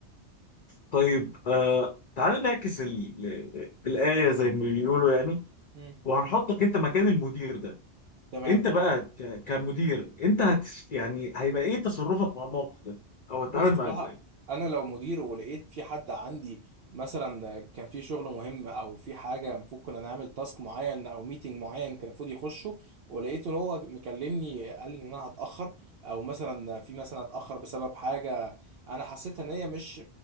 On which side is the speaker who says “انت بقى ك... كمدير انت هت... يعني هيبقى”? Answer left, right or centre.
Left